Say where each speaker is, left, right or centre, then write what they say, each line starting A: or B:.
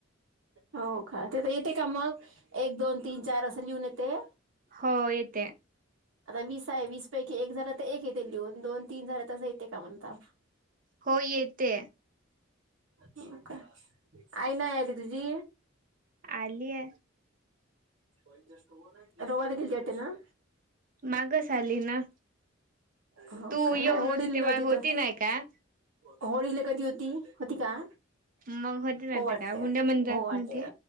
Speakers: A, on the right (about 85°); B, on the right (about 45°).
A: हो का तिथ येते का मग एक, दोन, तीन, चार असं लिहून येते?
B: हो येते.
A: आता वीस आहे, वीस पैकी एक झाला तर एक येते लिहून, दोन-तीन झाले तसं येते का म्हणता?
B: हो येते.
A: हो का, आई नाही आली तुझी?
B: आली ये.
A: आता लाईट गेलती वाटतं ना?
B: मागच आली ना,
A: हो
B: तू
A: का
B: येऊन
A: नाही होळीला
B: होती तेव्हा
A: नव्हती
B: होती
A: तर
B: नाही काय?
A: होळीला कधी होती? होती का?
B: मग होते ना
A: हो
B: आता
A: वाटते,
B: काय हुंड्या म्हण जात
A: हो वाटे.
B: ना ते